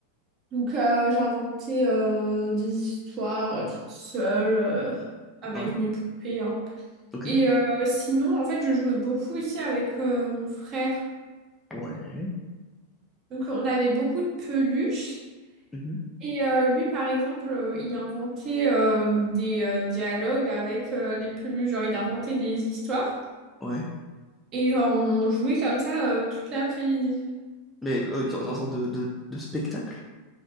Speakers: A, on the right; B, in the centre.
A: Donc euh, j'inventais euh, des histoires euh, toute seule euh, avec
B: Ouais.
A: mes poupées. hein.
B: Ok.
A: Et euh, sinon, en fait, je jouais beaucoup aussi avec euh, mon frère.
B: Ouais.
A: Donc on avait beaucoup de peluches.
B: Mhm.
A: Et euh, lui, par exemple, euh, il inventait euh, des euh, dialogues avec euh, les peluches. Genre, il inventait des histoires.
B: Ouais.
A: Et genre, on jouait comme ça euh, toute l'après-midi.
B: Mais euh, dans dans une sorte de, de, de spectacle?